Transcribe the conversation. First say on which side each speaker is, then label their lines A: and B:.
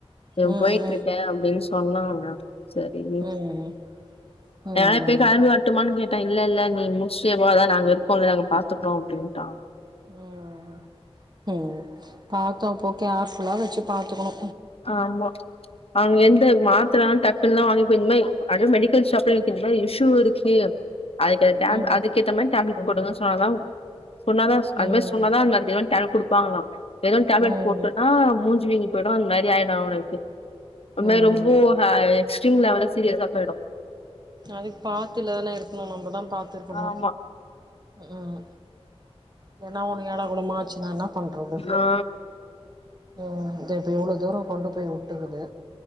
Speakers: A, on the left; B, on the right.
A: இவ்ன்
B: ம்
A: போய்ட்ருக்கே அப்டின் சொன்னானா சரி
B: ம் ம்
A: நா இப்பி கெளம்பி வர்டுமான் கேட் டே இல்ல இல்ல நீ முட்ஷு போதா நாங்க இருப்போ இல்ல நாங்க பாத்துக்றோ அப்டின்ட்டா
B: ம் ம் பாத்தா போக் கேர்ஃபுல்லா வச்சு பாத்துக்கணு
A: ஆமா அவுங் எந்த மா ட்றான் டக்குலா வாங்கி போய் இந்மேயி அடு மெடிக்கல் ஷாப்பில் தி இந் மாயி இஷ்யூ இருக்கு அதுக்கு டேப்
B: ம்
A: அதுக்கேத்த மாயி டேப்லெட் கொடுங்கன் சொன்னாதா சொன்னாதா ஸ் அத்
B: ம்
A: மாயி சொன்னாதா அந் அதுக்கு ஏத டேப்லட் கொடுப்பாங்ளா ஏதான் டேப்லட்
B: ம்
A: போட்டுன்னா மூஞ்சிவீங்கி பெதோ அந் மாரி ஆய்டோ அவனுக்கு அந்மார்
B: ம்
A: ரொம்போ ஹாய் ஸ்ட்ரீம் லவல சீரியஸா போயிடு
B: அதுக் பாத்துலனே இருக்ணு நம்பதான் பாத்து இருக்குணு
A: ஆமா
B: ம் எனா ஒண்ணு ஏடா கூடமா ஆச்சுனா என்னாப் பண்றுது
A: ஆ
B: ம் துப்ப எவ்ளோ தூரோ கொண்டு போய் வுட்டுக்குது